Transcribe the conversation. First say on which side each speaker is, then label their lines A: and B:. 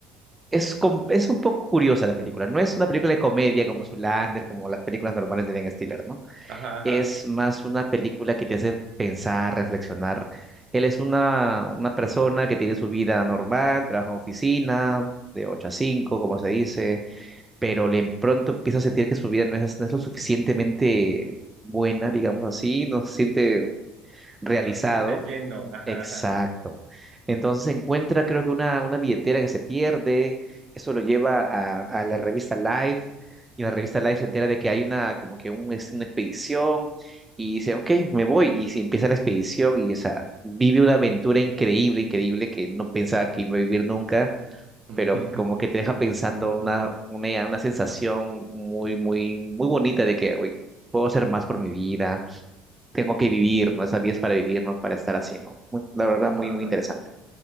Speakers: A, on the right (about 15°); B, on the right (about 60°).
A: es, com- es un poco curiosa la película. No es una película de comedia como Zoolander, como las películas normales de Ben Stiller, ¿no?
B: Ajá, ajá.
A: es más una película que te hace pensar, reflexionar. Él es una, una persona que tiene su vida normal, trabaja en oficina, de 8 a 5 como se dice, pero le pronto empieza a sentir que su vida no es, no es lo suficientemente buena, digamos así, no se siente realizado
B: No se siente lleno, ajá,
A: Exacto.
B: ajá.
A: Entonces encuentra, creo que una, una billetera que se pierde, eso lo lleva a, a la revista Life, y la revista Life se entera de que hay una, como que un, es una expedición, y dice, ok, me voy, y se empieza la expedición, y o sea, vive una aventura increíble, increíble, que no pensaba que iba a vivir nunca,
B: <laughs>
A: pero como que te deja pensando una, una, una sensación muy, muy, muy bonita de que, hoy puedo hacer más por mi vida tengo que vivir, ¿no? Esa vida es para vivir, no para estar así, ¿no? Muy- la verdad,
B: Ajá,
A: muy, muy
B: ajá.
A: interesante.